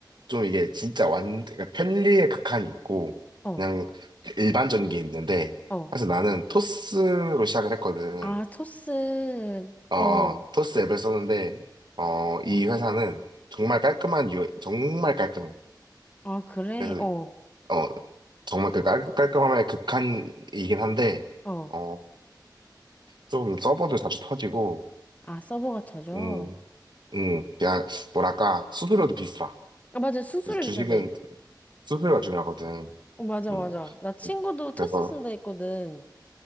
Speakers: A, on the right; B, on the left.
A: 좀 이게 진짜 완, 그러니까 편리의 극한이 있고,
B: 어,
A: 그냥 일반적인 게 있는데,
B: 어.
A: 사실 나는 토스로 시작을 했거든.
B: 아, 토스,
A: 어,
B: 어,
A: 어, 토스 앱을 썼는데, 어, 이 회사는 정말 깔끔한 유, 정말 깔끔해.
B: 아, 그래,
A: 그래서,
B: 어,
A: 어, 정말 그 깔, 깔끔함의 극한이긴 한데,
B: 어.
A: 어, 좀 서버도 자주 터지고,
B: 아, 서버가 터져.
A: 음, 음, 그냥, 뭐랄까, 수수료도 비싸.
B: 아, 맞아. 수수료
A: 그래서 주식은
B: 비싸대.
A: 수수료가 중요하거든.
B: 어, 맞아,
A: 음,
B: 맞아. 나 친구도 토스
A: 그래서,
B: 쓴다 했거든.